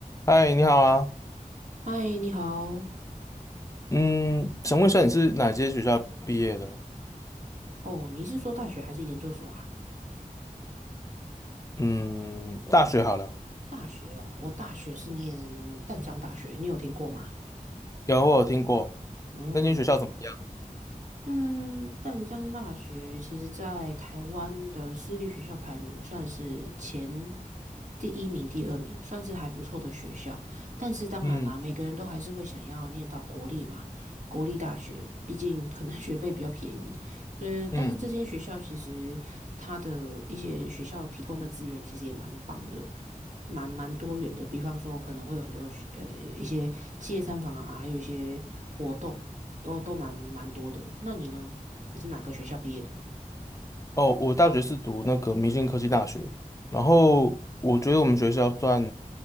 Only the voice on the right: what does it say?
嗨，你好。
哦，你是说大学还是研究所啊？
大学哦，我大学是念淡江大学，你有听过吗？
嗯
嗯，淡江大学其实在台湾的私立学校排名算是前第一名、第二名，算是还不错的学校。但是当然啦，
每个人都还是会想要念到国立嘛，国立大学，毕竟可能 <laughs> 学费比较便宜。嗯，
但是这间学校其实它的一些学校提供的资源其实也蛮棒的。蛮蛮多元的，比方说可能会有很多学呃一些企业参访啊，还有一些活动，都都蛮蛮多的。那你呢？你是哪个学校毕业的？